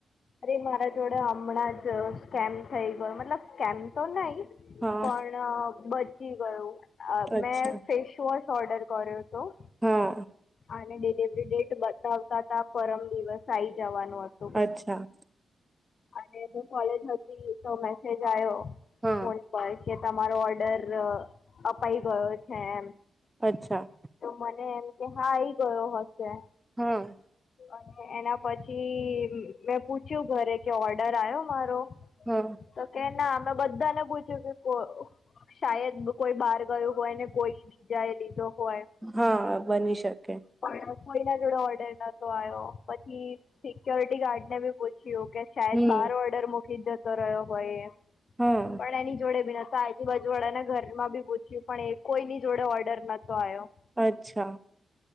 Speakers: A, on the left (about 65°); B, on the right (about 20°).
A: અરે મારા જોડે હમણાં જ સ્કેમ થઈ ગયો મતલબ સ્કેમ તો નઈ
B: હા
A: પણ બચી ગયું
B: અચ્છા
A: મેં ફેસવોશ ઓર્ડર કર્યો તો
B: હા
A: અને ડિલિવરી ડેટ બતાવતા ત પરમ દિવસ આઈ જવાનું હત.
B: અચ્છા
A: અને જો કોલેજ હતી તો મેસેજ આવ્યો
B: હા
A: ફ પ કે તમારો ઓર્ડર અપાઈ ગયો છે એમ
B: અચ્છા
A: તો મને એમ કે હા એઈ ગયો હશે
B: હમ
A: અને એના પછી મેં પૂછ્યું ઘરે કે ઓર્ડર આવ્યો મારો
B: હમ
A: તો કે ના અમે બધાને પૂછ્યું કે કો શાયદ કોઈ બહાર ગયું હોય ને કોઈ બીજા એ લીધો હોય
B: હા બની શકે
A: પણ કોઈ ના જોડે ઓર્ડર નતો આવ્યો પછી સિક્યોરિટી ગાર્ડ ને બી પૂછી્યું કે શદ
B: હમ
A: બહાર ઓર્ડર મકીલી જતો રહ્યો હોય
B: હા
A: પણ એની જોડે ભી ન બજવડા ને ઘરમાં બી પૂછ્યું પણ એ કોઈની જોડે ઓર્ડર નતો આવ્યો
B: અચ્છા